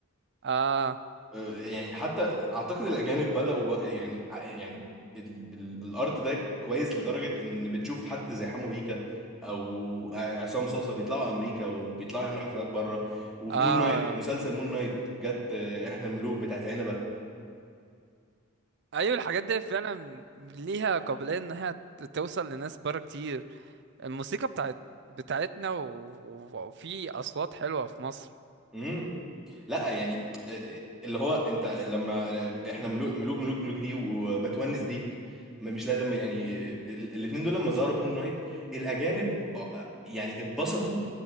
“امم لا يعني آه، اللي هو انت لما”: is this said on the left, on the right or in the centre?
Centre